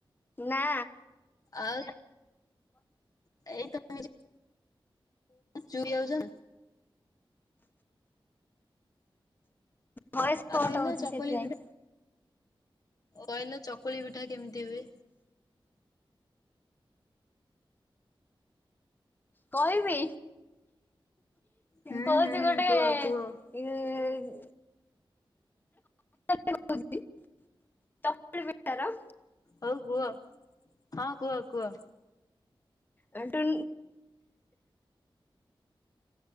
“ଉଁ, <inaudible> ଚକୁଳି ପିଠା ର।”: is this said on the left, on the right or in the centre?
Left